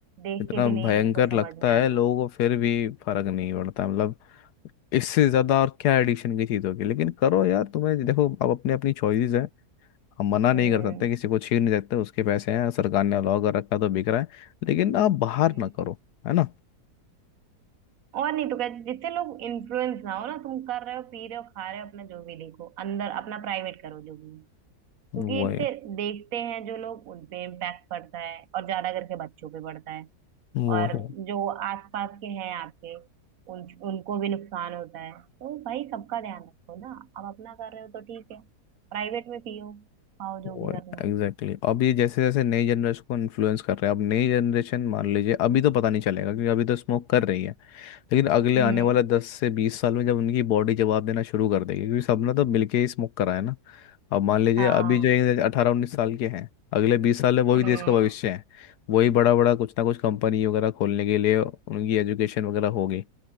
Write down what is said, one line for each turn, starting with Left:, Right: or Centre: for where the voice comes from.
Right: देख
Left: इतना
Right: के भी नहीं
Left: भयंकर
Right: इनको समझ
Left: लगता
Right: में आता
Left: है लोगों को फिर भी फर्क नहीं पड़ता मतलब इससे ज्यादा और क्या एडिक्शन की चीज होगी लेकिन करो यार तुम्हें देखो अब अपनी अपनी चॉइसेस है हम मना नहीं
Right: हम्म
Left: कर सकते किसी को छीन नहीं सकते उसके पैसे हैं सरकार ने अलाउ कर रखा है, तो बिक रहा है लेकिन आप बाहर
Right: हम्म
Left: ना करो है ना
Right: और नहीं तो क्या जिससे लोग इन्फ्लुएंस ना हो ना तुम कर रहे हो पी रहे हो खा रहे हो अपना जो भी देखो अंदर अपना प्राइवेट करो जो भी क्योंकि
Left: वो
Right: इससे
Left: है
Right: देखते हैं जो लोग उन पे इम्पैक्ट पड़ता है और ज्यादा करके बच्चों पे पड़ता है
Left: वो
Right: और
Left: है
Right: जो आसपास के हैं आपके उन उनको भी नुकसान होता है तो भाई सबका ध्यान रखो ना अब अपना कर रहे हो तो ठीक है प्राइवेट में पियो खाओ जो
Left: वो
Right: भी
Left: है
Right: करना है
Left: Exactly exactly. अब ये जैसे जैसे नई जनरेशन को इन्फ्लुएंस कर रहे हैं अब नई जनरेशन मान लीजिए अभी तो पता नहीं चलेगा क्योंकि अभी तो स्मोक कर रही है लेकिन अगले
Right: हम्म
Left: आने वाले दस से बीस साल में जब उनकी बॉडी जवाब देना शुरू कर देगी क्योंकि सबने तो मिलके ही स्मोक करा है ना अब मान लीजिए
Right: हाँ
Left: अभी जो एक अठारह उन्नीस साल के हैं अगले बीस साल है वही
Right: हम्म
Left: देश का भविष्य है वही बड़ा बड़ा कुछ ना कुछ कंपनी वगैरह खोलने के लिए उनकी एजुकेशन वगैरह होगी